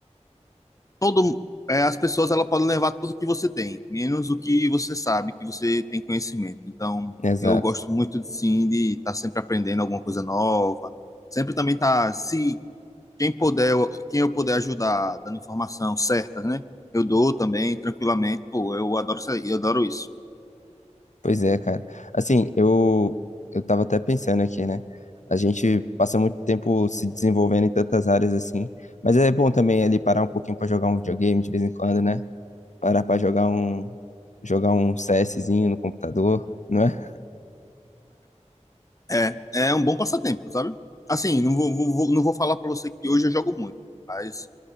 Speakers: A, on the left; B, on the left.
A: todo é, as pessoas ela podem levar tudo que você tem, menos o que você sabe, que você tem conhecimento. Então,
B: exato.
A: eu gosto muito sim de estar sempre aprendendo alguma coisa nova, sempre também tá se quem puder, eu- quem eu puder ajudar dando informação certa, né? Eu dou também tranquilamente, pô, eu adoro isso, aí, eu adoro isso.
B: Pois é, cara. Assim, eu eu tava até pensando aqui, né? A gente passa muito tempo se desenvolvendo em tantas áreas assim, mas é bom também ali parar um pouquinho pra jogar um videogame de vez em quando, né? Parar pra jogar um jogar um CSzinho no computador, não é?
A: É, é, é um bom passatempo, sabe? Assim, não vou, vou- vou- não vou falar para você que hoje eu jogo muito, mas